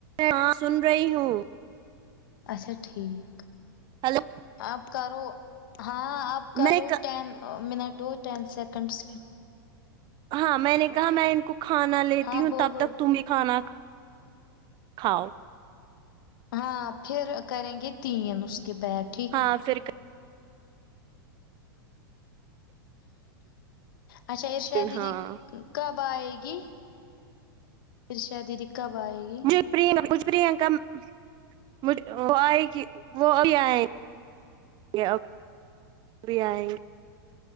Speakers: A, on the right (about 40°); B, on the left (about 65°).
A: ہاں سن رہی ہوں
B: اچھا ٹھیک
A: ہلو
B: آپ کرو ہاں آپ کرو
A: میں
B: ٹین منٹو اور ٹن سیکنڈس کی
A: ہاں میں نے کہا میں ان کو کھانا لیتی
B: ہاں
A: ہوں
B: بولو
A: تب تک تمیں کھانا کاؤ
B: ہاں پھر کریں گے تین اس کے بیگ
A: ہاں پھر ک
B: اچھا ارشا دیدی
A: ہاں
B: کب آئے گی ارشا دیدی کب آۓ گی
A: <unintelligible> یہ اب بھی آئیں گے